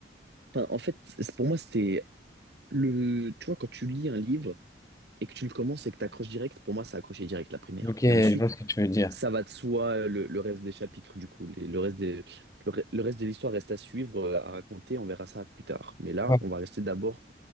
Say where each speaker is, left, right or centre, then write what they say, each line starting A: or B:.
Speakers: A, on the right; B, on the left.
A: Enfin, en fait, c'est- pour moi, c'était le... Tu vois, quand tu lis un livre et que tu le commences et que tu accroches direct, pour moi, ça accroché direct, la primaire.
B: Ok, je
A: Et ensuite,
B: vois ce que tu veux dire.
A: ça va de soi, euh, le, le reste des chapitres, du coup. Les- le reste des, le, re- le reste de l'histoire reste à suivre, euh, à raconter, on verra ça plus tard. Mais là,
B: Ouais.
A: on va rester d'abord